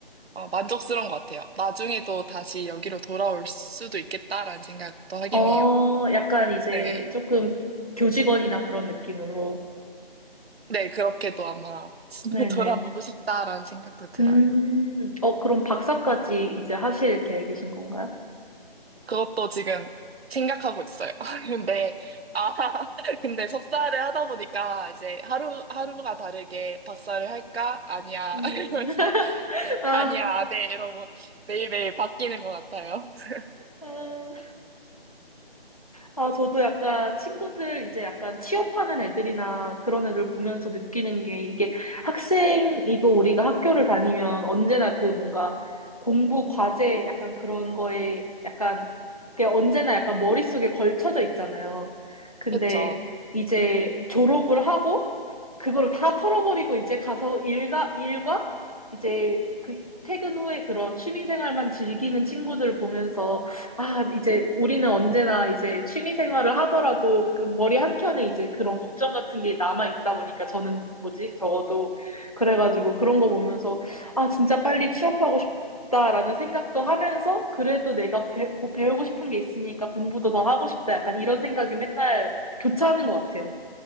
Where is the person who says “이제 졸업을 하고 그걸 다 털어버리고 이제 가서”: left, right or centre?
Left